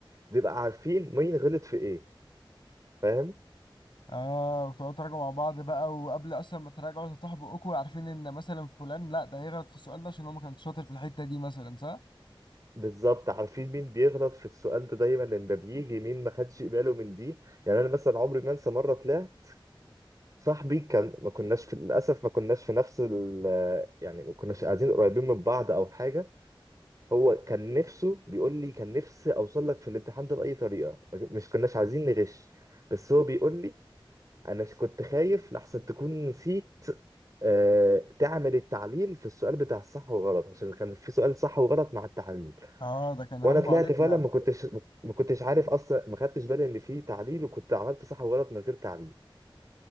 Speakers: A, on the right; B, on the left.
A: بنبقى عارفين مين غلط في ايه فاهم
B: اه وتقعدوا تراجعوا مع بعض بقى وقبل اصلا ما تراجعوا تفتحوا بقكم عارفين ان مثلا فلان لا ده هيغلط في السؤال ده عشان هو ما كانش شاطر في الحتة دي مثلا صح؟
A: بالظبط عارفين مين بيغلط في السؤال ده دايما لان ده بيجي مين ما خدش باله من دي يعني انا مثلا عمري ما انسى مرة طلعت صاحبي كان ما كناش في للاسف ما كناش في نفس ال يعني ما كناش قاعدين قريبين من بعض او حاجه هو كان نفسه بيقول لي كان نفسي اوصل لك في الامتحان ده باي طريقه مش كناش عايزين نغش بس هو بيقول لي انا ش- كنت خايف لحسن تكون نسيت آه، تعمل التعليل في السؤال بتاع الصح والغلط عشان كان في سؤال صح وغلط مع التعليل
B: اه ده كان
A: وانا
B: همه
A: طلعت
B: عليك
A: فعلا
B: يعني
A: ما كنتش ما كنتش عارف اصلا ما خدتش بالي ان في تعليل وكنت عملت صح وغلط من غير تعليل